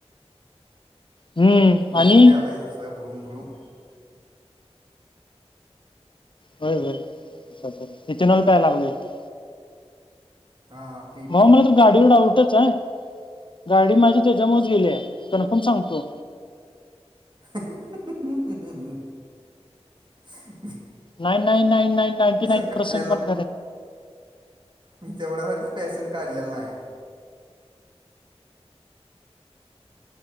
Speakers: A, on the left (about 50°); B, on the right (about 45°).
A: हम्म
B: म्हण
A: आणि
B: तर कधी आलाय जसं उरुंबरूम
A: होय होय अच्छ अच्छ हच्यान प्यायला लागलो येतो
B: हा पी
A: मग
B: पी
A: मला तर गाडीवर आ गाडी माझी त्याच्यामुळेज गेली कन्फर्म सांगतो
B: ह
A: नाहीई नाई ना नाीईर्सेंट
B: काढलेलं नाही
A: पण
B: मी तेवढ्यासाठीच पॅशन काढलेला नाही